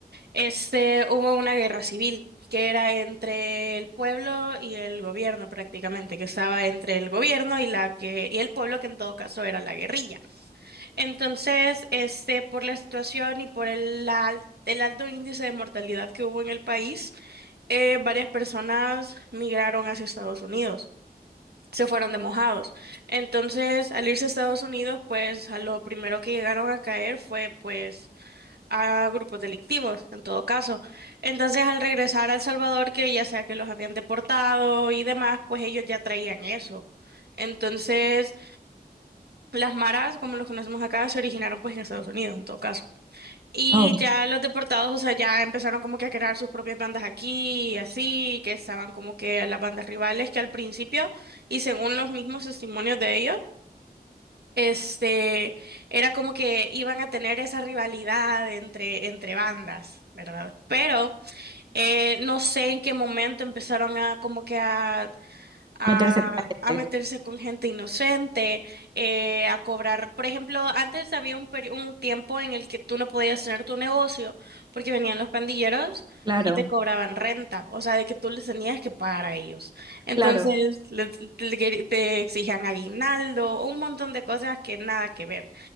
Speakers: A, on the right; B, on the right.
A: Este, hubo una guerra civil que era entre el pueblo y el gobierno prácticamente, que estaba entre el gobierno y la que y el pueblo que en todo caso era la guerrilla. Entonces, este, por la situación y por el al- el alto índice de mortalidad que hubo en el país, eh, varias personas migraron hacia Estados Unidos. Se fueron de mojados. Entonces, al irse a Estados Unidos, pues a lo primero que llegaron a caer fue pues a grupos delictivos, en todo caso. Entonces, al regresar a El Salvador, que ya sea que los habían deportado y demás, pues ellos ya traían eso. Entonces, las maras, como los conocemos acá, se originaron pues en Estados Unidos, en todo caso. Y
B: Oh,
A: ya los deportados, o sea, ya empezaron como que a crear sus propias bandas aquí, y así, que estaban como que a las bandas rivales, que al principio, y según los mismos testimonios de ellos, este, era como que iban a tener esa rivalidad entre, entre bandas, ¿verdad? Pero eh, no sé en qué momento empezaron a como que a a,
B: meterse con la gente,
A: a meterse con gente inocente, eh, a cobrar. Por ejemplo, antes había un, peri- un tiempo en el que tú no podías tener tu negocio porque venían los pandilleros
B: claro,
A: y te cobraban renta, o sea, de que tú les tenías que pagar a ellos. Entonces,
B: claro.
A: les- te, te exigían aguinaldo, un montón de cosas que nada que ver.